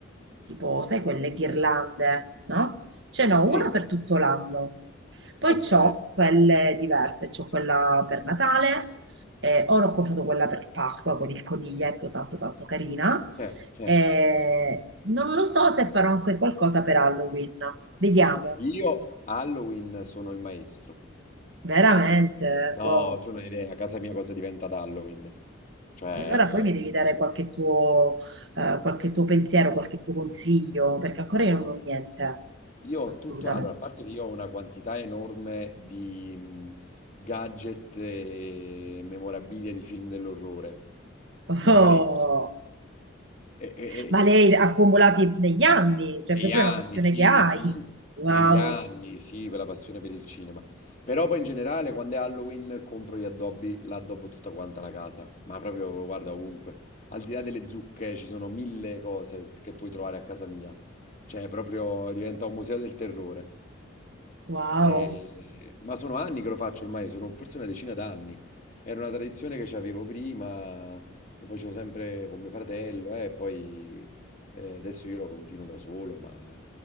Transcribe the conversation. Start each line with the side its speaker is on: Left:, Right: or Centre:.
Right: tipo, sai, quelle ghirlande, no? Ce n'ho
Left: sì,
Right: una per tutto l'anno. Poi
Left: ok.
Right: c'ho quelle diverse, c'ho quella per Natale, eh, ora ho comprato quella per Pasqua con il coniglietto tanto tanto carina
Left: Eh, eh.
Right: Eh, non lo so se farò anche qualcosa per Halloween. Vediamo,
Left: Io Halloween sono il maestro.
Right: veramente.
Left: No,
Right: Wow.
Left: tu non hai idea, a casa mia cosa diventa ad Halloween. Cioè,
Right: E allora poi mi devi dare qualche tuo, eh, qualche tuo pensiero, qualche tuo consiglio, perché ancora io
Left: no.
Right: non ho niente.
Left: Io ho
Right: Assolutamente.
Left: tutto, allora, a parte che io ho una quantità enorme di mh, gadget e memorabilia di film dell'orrore,
Right: Oh.
Left: ma parecchi. E, e-
Right: Ma lei
Left: e-
Right: ha accumulati negli anni, cioè
Left: Negli
Right: proprio
Left: anni,
Right: è una passione
Left: sì,
Right: che hai.
Left: sì,
Right: Wow,
Left: negli anni, sì, per la passione per il cinema. Però poi in generale, quando è Halloween, compro gli addobbi, l'addobbo tutta quanta la casa. Ma proprio, guarda, ovunque. Al di là delle zucche, ci sono mille cose che puoi trovare a casa mia. Cioè, proprio diventa un museo del terrore.
Right: wow,
Left: E- ma sono anni che lo faccio ormai, sono forse una decina d'anni. Era una tradizione che avevo prima, lo facevo sempre con mio fratello eh, e poi eh, adesso io lo continuo da solo, ma